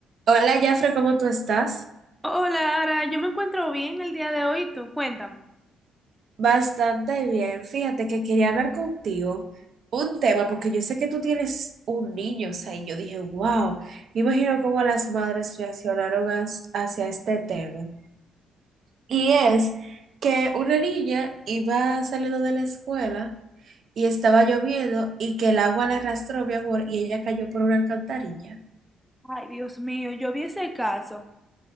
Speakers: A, on the right; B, in the centre.
A: Hola, Jafre, ¿cómo tú estás?
B: Hola, Ara, yo me encuentro bien el día de hoy, tú cuéntame.
A: Bastante bien. Fíjate que quería hablar contigo un tema, porque yo sé que tú tienes un niño, o sea, y yo dije, wow, me imagino cómo las madres reaccionaron as- hacia este tema. Y es que una niña iba saliendo de la escuela y estaba lloviendo y que el agua la arrastró, mi amor, y ella cayó por una alcantarilla.
B: Ay, Dios mío, yo vi ese caso,